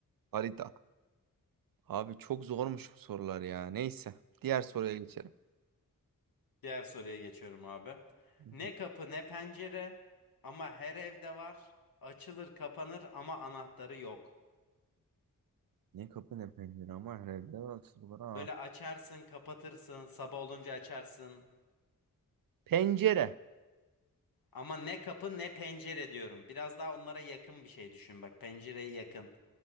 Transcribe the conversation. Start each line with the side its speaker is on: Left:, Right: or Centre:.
Right: Harita. Abi çok zormuş bu sorular ya. Neyse. Diğer soruya geçelim.
Left: Diğer soruya geçiyorum abi.
Right: <laughs> Hı hı.
Left: Ne kapı ne pencere ama her evde var. Açılır kapanır ama anahtarı yok.
Right: Ne kapı ne pencere ama herhalde açıldı bana.
Left: Böyle açarsın kapatırsın sabah olunca açarsın.
Right: Pencere.
Left: Ama ne kapı ne pencere diyorum. Biraz daha onlara yakın bir şey düşün bak pencereye yakın.